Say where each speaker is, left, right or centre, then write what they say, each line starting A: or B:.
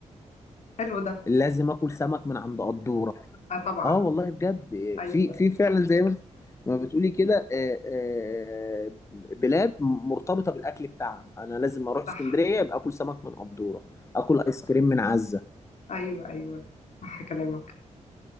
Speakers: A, on the left (about 65°); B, on the left (about 25°).
A: حلو ده
B: لازم اكل سمك من عند قدوره
A: اه طبعا
B: اه والله بجد آه،
A: ايوه
B: في في فعلا زي ما انت- ما بتقولي كده آه، آه، بلاد مرتبطه بالاكل بتاعها انا لازم اروح اسكندريه
A: صح
B: يبقى اكل سمك من قدوره اكل ايس كريم من عزه
A: ايوه ايوه صح كلامك